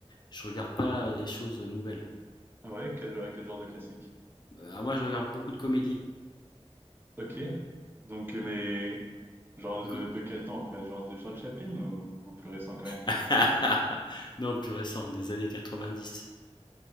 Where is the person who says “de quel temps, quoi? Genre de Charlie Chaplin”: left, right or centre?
Right